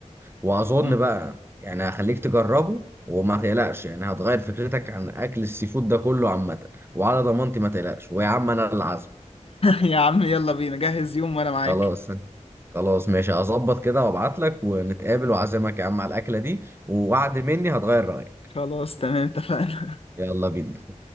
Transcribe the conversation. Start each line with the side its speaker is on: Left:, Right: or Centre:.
Right: واظن
Left: مم.
Right: بقى يعني هخليك تجربه وما تقلقش يعني هتغير فكرتك عن اكل السي فود ده كله عامه وعلى ضمانتي ما تقلقش ويا عم انا العزم
Left: يا عم يلا بينا جهز يوم وانا معاك
Right: خلاص <laughs> خلاص ماشي هظبط كده وابعت لك ونتقابل واعزمك يا عم على الاكله دي ووعد مني هتغير رايك
Left: خلاص تمام اتفقنا
Right: يلا بينا